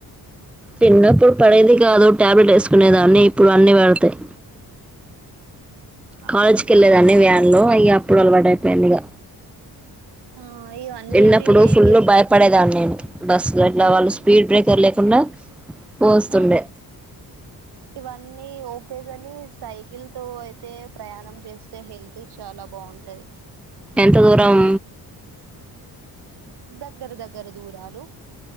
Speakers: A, in the centre; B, on the right.
A: చిన్నప్పుడు పడేది. కాదు టాబ్లెట్ వేసుకునేదాన్ని ఇప్పుడు అన్ని పెడతాయి.
B: అవునవును
A: కాలేజ్కి వెళ్ళలేదాన్ని వ్యాన్ లో అయ్య అప్పుడు అలవాటు అయిపోయింది ఇక.
B: ఆ ఇవన్నిటి
A: చిన్నప్పుడు
B: వెహికల్
A: ఫుల్ భయపడేదాన్ని నేను బస్సు ఎట్లా వాళ్ళ. స్పీడ్ బ్రేకర్ లేకుండా. పోస్తుండే
B: ఆహ్ ఇవన్నీ ఓకేగాని సైకిల్ తో అయితే. ప్రయాణం చేస్తే హెల్త్ చాలా బాగుంటది.
A: ఎంత దూరం.
B: దగ్గర దగ్గర దూరాలు.